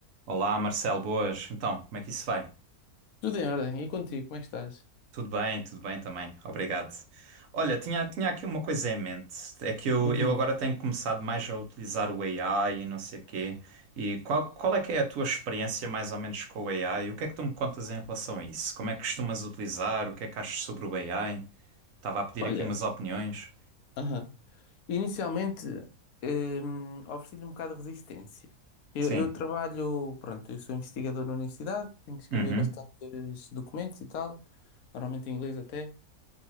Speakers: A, on the right; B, on the left.
A: Olá, Marcelo, boas. Então, como é que isso vai?
B: Tudo em ordem. E contigo, como é que estás?
A: Tudo bem, tudo bem também. Obrigado. Olha, tinha, tinha aqui uma coisa em mente. É que eu,
B: Uhum.
A: eu agora tenho começado mais a utilizar o AI e não sei o quê. E qual, qual é que é a tua experiência mais ou menos com o AI? O que é que tu me contas em relação a isso? Como é que costumas utilizar? O que é que achas sobre o AI? Estava a pedir
B: Olha,
A: aqui umas opiniões.
B: aham. Inicialmente, hum, ofereci-lhe um bocado de resistência. Eu,
A: Sim.
B: eu trabalho, pronto, eu sou investigador na universidade, tenho que escrever
A: Uhum.
B: bastantes documentos e tal, normalmente em inglês até.